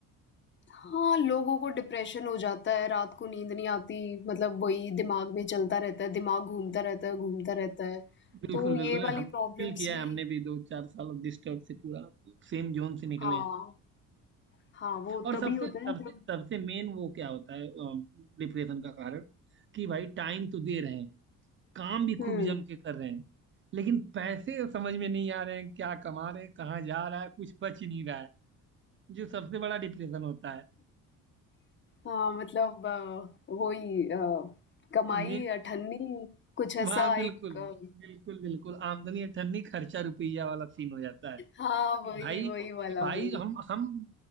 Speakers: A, on the left; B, on the right.
A: हाँ, लोगों को डिप्रेशन हो जाता है, रात को नींद नहीं आती, मतलब वही दिमाग में चलता रहता है, दिमाग घूमता रहता है, घूमता रहता है।
B: बिल्कुल
A: तो ये
B: बिल्कुल
A: वाली
B: हम
A: प्रॉब्लम्स
B: फील किया
A: भी
B: है हमने भी दो चार साल अब डिस्टर्ब से पूरा सेम जोन से निकले
A: हाँ,
B: हैं
A: हाँ, वो
B: और
A: तभी
B: सबसे
A: होता
B: सबसे
A: है जब
B: सबसे मेन वो क्या होता है डिप्रेशन का कारण कि भाई टाइम तो दे रहे हैं काम भी
A: हुँ,
B: खूब जम के कर रहे हैं लेकिन पैसे समझ में नहीं आ रहे हैं क्या कमा रहे हैं कहाँ जा रहा है कुछ बच ही नहीं रहा है जो सबसे बड़ा डिप्रेशन होता है
A: हाँ, मतलब अ, वही अ, कमाई,
B: मे
A: अठन्नी, कुछ ऐसा
B: वहाँ बिल्कुल
A: एक अ,
B: बिल्कुल बिल्कुल आमदनी अठन्नी खर्चा रुपया वाला सीन हो जाता है
A: हाँ,
B: कि
A: वही,
B: भाई
A: वही वाला,
B: कि भाई
A: वही।
B: हम हम